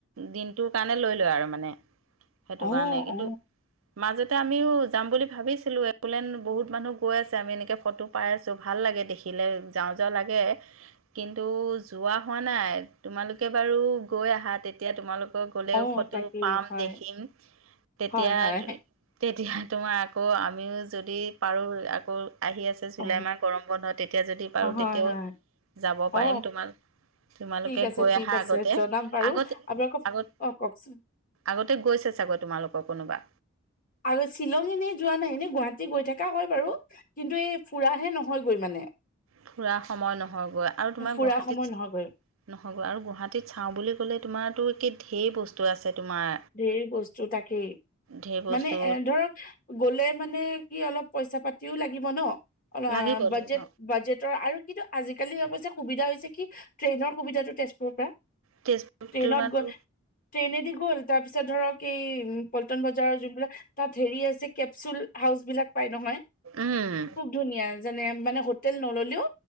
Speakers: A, on the right; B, on the left.
A: দিনটোৰ কাৰণে লৈ ল আৰু। মানে সেইটো
B: অ
A: কাৰণে কিন্তু
B: অ
A: মজ আমিও যাম বুলি ভাবিছিলো, একোলেন্ড বহুত মানুহ গৈ আছে আমি এনেকে ফটো পাই আছো, ভাল লাগে দেখি। দেখিলে যাওঁ যাওঁ লাগে। কিন্তু যোৱা হোৱা নাই তোমালোকে বাৰু গৈ আহা তেতিয়া তোমালোক গলেও
B: অ
A: ফটো
B: তাকেই
A: পাম
B: হয়
A: দেখিম তেতিয়া
B: হয় হয়
A: তেতিয়া তোমাৰ আকৌ আমিও যদি পাৰোঁ আকৌ আহি আছে জুলাই
B: অ
A: মাহ গৰম বন্ধ তেতিয়া যদি পাৰো
B: অ হয়
A: তেতিয়াও
B: হয়
A: যাব
B: অ
A: পাৰিম তোমালে তোমালোকে
B: ঠিক আছে
A: গৈ
B: ঠিক
A: অহা
B: আছে
A: আগতে
B: জনাম বাৰু
A: আগতে
B: আপোনালোকক
A: আগত
B: অ কওকচোন
A: আগতে গৈছে চাগৈ তোমালোকৰ কোনোবা
B: আৰু শ্বিলং এনেই যোৱা নাই এনে গুৱাহাটী গৈ থকা হয় বাৰু কিন্তু এই ফুৰাহে নহয়গৈ মানে।
A: ফুৰা সময় নহয়গৈ আৰু তোমাৰ
B: ফুৰা
A: গুৱাহাটীত
B: সময় নহয়গৈ
A: নহ'বো আৰু গুৱাহাটীত চাওঁ বুলি ক'লে তোমাৰতো কি ঢেৰ বস্তু আছে। তোমাৰ
B: ধেৰ বস্তু থাকে
A: ঢেৰ বস্তু
B: মানে এ ধৰক গলে মানে কি অলপ পইচা পাতি ও লাগিব ন অ
A: লাগিব
B: বাজেট
A: লাগিব
B: বাজেটৰ আৰু কিন্তু আজিকালি অৱশ্যে সুবিধা হৈছে কি ট্ৰেইনৰ সুবিধাটো তেজপুৰৰ পৰা
A: তেজপুৰ
B: ট্ৰেইন
A: তোমাৰতো
B: গ'লে ট্ৰেইনেদি গ'ল তাৰ পিছত ধৰক এই উম পল্টন বজাৰৰ যোনবিলাক তাত হেৰি আছে কেপচুল হাউচ বিলাক। নহয়
A: উম
B: খুব ধুনীয়া যে মান হোটেল নললেও